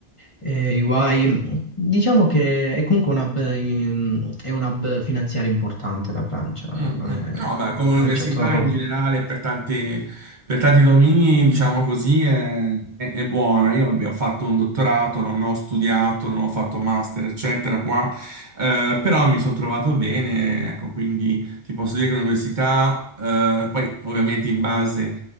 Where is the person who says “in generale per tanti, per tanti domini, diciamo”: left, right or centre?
Right